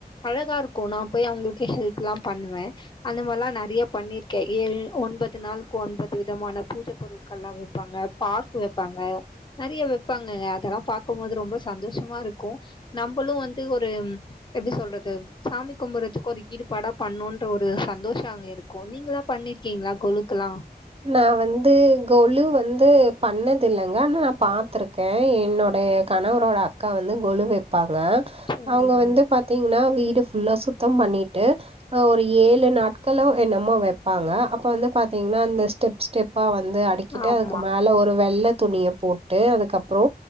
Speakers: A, on the left (about 30°); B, on the right (about 35°).
A: அழகா இருக்கும் நான் போய் அவங்களுக்கு ஹெல்ப் எல்லா பண்ணுவே அந்த மாரிலாம் நிறைய பண்ணிருக்கேன் ஏ ஒன்பது நாளுக்கு ஒன்பது விதமான பூஜை பொருட்கள் எல்லா வைப்பாங்க க பாக் வைப்பாங்க நெறைய வைப்பாங்க அதெல்லா பாக்கும்போது ரொம்ப சந்தோஷமா இருக்கும் நம்பளும் வந்து ஒரு எப்படி சொல்றது சாமி கும்புறதுக்கு ஒரு ஈடுபாடா பண்ணும்ன்ற ஒரு சந்தோஷ அங்க இருக்கும் நீங்களாம் பண்ணிருக்கீங்களா கொழுக்கெல்லாம்
B: நா வந்து கொலு வந்து பண்ணதில்ல ஆகா பாத்திருக்கே என்னுடைய கணவரோட அக்கா வந்து கொழு வைப்பாங் க
A: சரிங்க.
B: அவங்க வந்து பாத்தீங்கன்னா வீடு ஃபுல்லா சுத்தம் பண்ணி ட்டு அ ஒரு ஏழு நாட்களோ என்னமோ வைப்பாங்க அப்ப வந்து பாத்தீங்கன்னா அந்த ஸ்டெப் ஸ்டெப்பா வந்து அடிக்கிட்டு
A: ஆமா
B: அதுக்கு மேல ஒரு வெள்ளை துணிய போட்டு அதுக்கப்புறொ